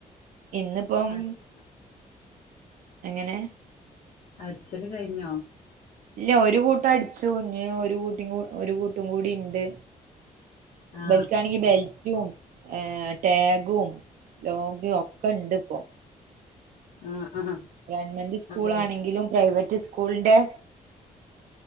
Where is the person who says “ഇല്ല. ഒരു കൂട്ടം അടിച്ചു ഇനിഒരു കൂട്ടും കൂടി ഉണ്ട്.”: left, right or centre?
Right